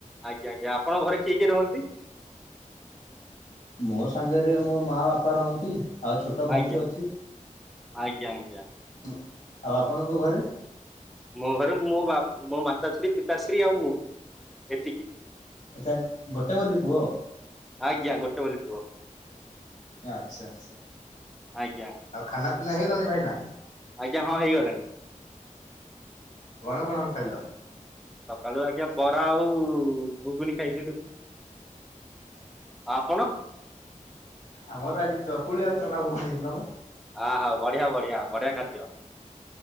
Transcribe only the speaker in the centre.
ଆଜ୍ଞା ଆଜ୍ଞା ଆପଣ ଘରେ କିଏ କିଏ ରୁହନ୍ତି?
ଆଜ୍ଞା
ଆଜ୍ଞା ଆଜ୍ଞା
ମୋ ଘରେ ମୋ ବା ମୋ ମାତାଶ୍ରୀ ପିତାଶ୍ରୀ ଆଉ ମୁଁ ଏତିକି।
ଆଜ୍ଞା ଗୋଟେ ବୋଲି ପୁଅ
ଆଜ୍ଞା
ଆଜ୍ଞା ହଁ ହେଇଗଲାଣି।
ସକାଳୁ ଆଜ୍ଞା ବରା ଆଉ ଘୁଗୁନି ଖାଇଥିଲୁ।
ଆପଣ
ଅହୋ ବଢିଆ ବଢିଆ ବଢିଆ ଖାଦ୍ୟ।